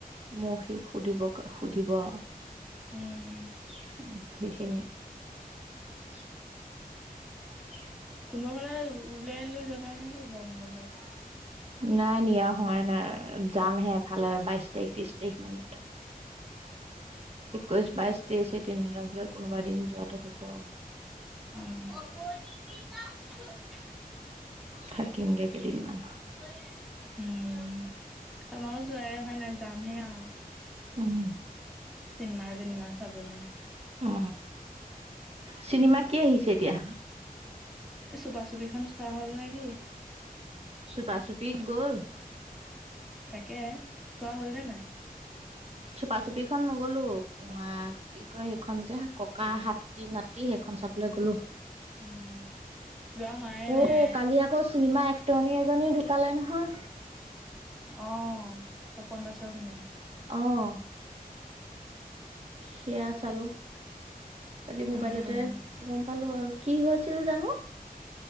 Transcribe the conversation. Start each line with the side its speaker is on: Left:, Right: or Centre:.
Right: মৌসিক সুধিব সুধিব আৰু সেইখিনিয়ে।
Centre: উম।
Right: উ <inaudible>
Centre: কোনোবা ফালে উলিয়াই লৈ যোৱা নাই নেকি গৰম, বন্ধত।
Right: নাই নিয়া হোৱাই নাই যাম হে এফালে বাইছ একত্ৰিশ তাৰিখ মানত একৈশ বাইশ তেইচ এই তিনিদিনৰ ভিতৰত কোনোবা এদিন যোৱাটো হ'ব।
Centre: উম।
Right: থাকিমগে কেইদিনমান
Centre: উম আমাৰো যোৱাই অহা নাই। যামহে আৰু
Right: উম',
Centre: চিনেমা- চনিমা চাবলে
Right: উ চিনেমা কি আহিছে এতিয়া
Centre: চুপা চুপিখন চোৱা হ'ল নেকি? -
Right: চুপা চুপি গ'ল
Centre: তাকে চোৱা হ'ল নে নাই।
Right: চুপা চুপিখন নগ'লো তোমাক- কি কয় সেইখন যে ককা, হাতী, নাতি, সেইখন চাবলৈ গলো
Centre: উম, যোৱা হোৱাই
Right: ঐ',
Centre: নাই।
Right: কালি আ আকৌ চিনেমা এক্টনী, এজনী ঢকালে নহয়।
Centre: অ', তপন দাসৰ, ঘনিযেক-
Right: অ',
Centre: কিং
Right: সেয়া চালো কালি মোবাইলতে
Centre: উম,
Right: গম পালো আৰু কি হৈছিল জানো।